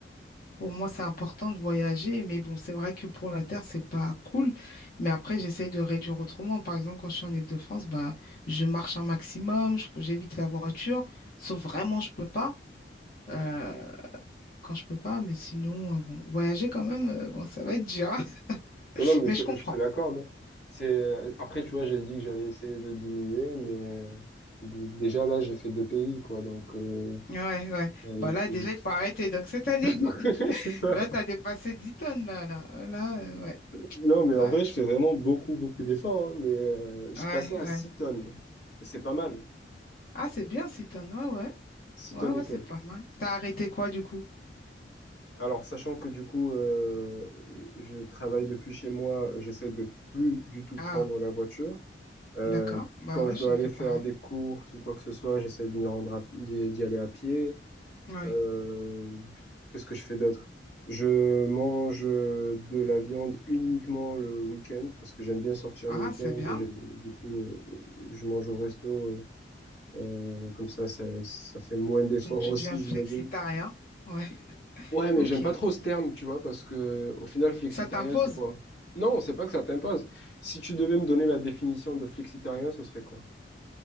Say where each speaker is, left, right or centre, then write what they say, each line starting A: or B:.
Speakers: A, on the left; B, on the left.
A: Pour moi, c'est important de voyager, mais bon, c'est vrai que pour la Terre, c'est pas cool. Mais après, j'essaye de réduire autrement. Par exemple, quand je suis en Île-de-France, bah, je marche un maximum, je- j'évite la voiture, sauf vraiment, je peux pas. euh, quand je peux pas, mais sinon, euh, bon, voyager quand même, euh, bon, ça va être dur. hein. <laughs>
B: Non, non, mais
A: Mais
B: je,
A: je comprends.
B: je te l'accorde. hein. C'est, euh, après, tu vois, j'ai dit que j'allais essayer de diminuer, mais euh, d- déjà là, j'ai fait deux pays, quoi, donc euh,
A: Ouais, ouais.
B: euh,
A: Bah
B: c'est
A: là, déjà, il faut arrêter. Donc cette année, <laughs>
B: <laughs> c'est ça.
A: là, t'as dépassé 10 tonnes, là, là. Euh, Là, euh, ouais.
B: Non, mais
A: Ouais,
B: en vrai, je fais vraiment beaucoup, beaucoup d'efforts, hein, mais euh, je
A: ouais,
B: suis passé à
A: ouais.
B: 6 tonnes. C'est pas mal,
A: Ah, c'est bien, 6 tonnes. Ouais, ouais.
B: 6
A: Ouais,
B: tonnes
A: ouais,
B: et
A: c'est
B: quelques.
A: pas mal. T'as arrêté quoi, du coup?
B: Alors, sachant que du coup, euh, je travaille depuis chez moi, j'essaie de plus du tout prendre
A: Ah.
B: la voiture. Euh,
A: D'accord. Bah
B: quand
A: ouais,
B: je
A: j'ai
B: dois aller
A: fait pareil.
B: faire des courses ou quoi que ce soit, j'essaie de m'y rendre à- d'y d'y aller à pied.
A: Ouais.
B: Euh, qu'est-ce que je fais d'autre? Je mange euh, de la viande uniquement le week-end parce que j'aime bien sortir
A: Ah,
B: le week-end.
A: c'est bien.
B: et, euh, Du coup, euh, je mange au resto. euh, euh, comme ça, ça, ça fait moins d'efforts
A: Donc tu
B: aussi,
A: deviens flexitarien.
B: j'imagine.
A: Ouais. <laughs>
B: Ouais, mais
A: Ok.
B: j'aime pas trop ce terme, tu vois, parce que au final, flexitarien,
A: Ça t'impose.
B: c'est quoi? Non, c'est pas que ça t'impose. Si tu devais me donner la définition de flexitarien, ce serait quoi?